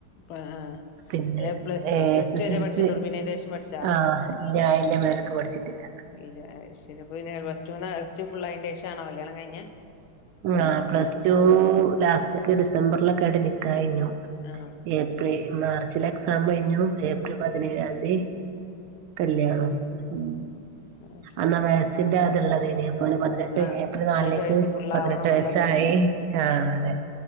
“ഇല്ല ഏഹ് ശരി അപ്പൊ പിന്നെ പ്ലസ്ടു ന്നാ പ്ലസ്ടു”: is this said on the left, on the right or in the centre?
Left